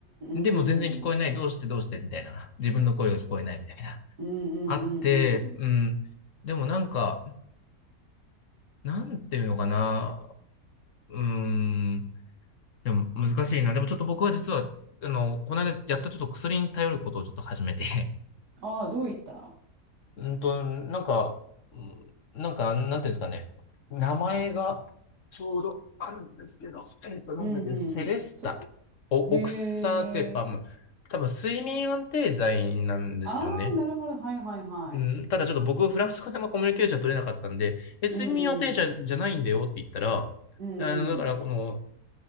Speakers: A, on the left; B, on the right.
A: でも全然聞こえない、
B: うんうん。
A: どうしてどうして、みたいな、自分の声が聞こえない、みたいな。
B: うんうんうんうん。
A: あって、うん。でもなんか、なんていうのかな。うん。でも難しいな。でもちょっと僕は実は、あの、この間やっとちょっと薬に頼ることをちょっと始めて。
B: ああ、どういった
A: <laughs> うんと、なんか、うんなんか、なんていうんですかね。名前がちょうどあるんですけど、えっと、なんだっけね、
B: うんうん。
A: セレスタ。
B: そ、
A: お、
B: へえ。
A: オクサゼパム。多分、睡眠安定剤なんですよね。
B: ああ、なるほど。はいはいはい。
A: うん、ただちょっと僕、フランス語であんまコミュニケーション取れなかったんで、え、睡眠はテンションじゃないんだよって言ったら、
B: うんうん。うんうん。
A: あの、だからこの、